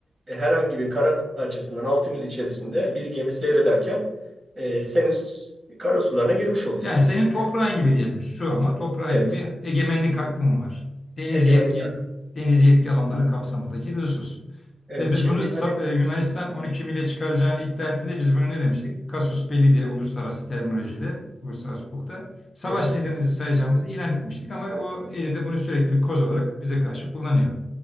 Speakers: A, on the right; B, on the left.
A: e, herhangi bir kara parçasından 6 mil içerisinde bir gemi seyrederken e, senin s- karasularına girmiş oluyor.
B: Yani senin toprağın
A: Yani
B: gibi diyelim su ama toprağın
A: Evet,
B: gibi egemenlik hakkın var. Deniz
A: Egemenlik
B: yetki
A: hakkı.
B: deniz yetki alanları kapsamındaki bir husus.
A: Evet
B: Ve biz
A: şimdi
B: bunu sa-
A: yani
B: e, Yunanistan 12 mile çıkaracağını iddia ettiğinde biz bunu ne demiştik? Kasus belli diye uluslararası terminolojide, uluslararası hukukta savaş
A: evet
B: nedeni sayacağımızı ilan etmiştik ama o elinde bunu sürekli bir koz olarak bize karşı kullanıyor.